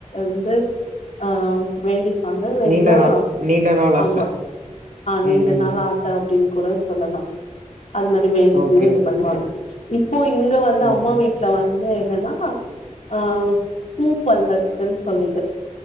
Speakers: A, on the left; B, on the right.
A: வந்து ஆ வேண்டி அத வேணா
B: நீண்ட நாள் நீண்ட நாள் ஆச.
A: ஆமா ஆ நீண்ட
B: ம், ம்.
A: நாள் ஆச அப்டின்னு கூட சொல்லலா அது மாரி வேண்டிக்கினு
B: ஓகே,
A: இது பண்ணுவாங்க இப்போ இங்க வந்து
B: ஓகேங்க.
A: அம்மா வீட்ல வந் து என்னன்னா ஆ பூ பல்லக்குன் சொல்லிட்டு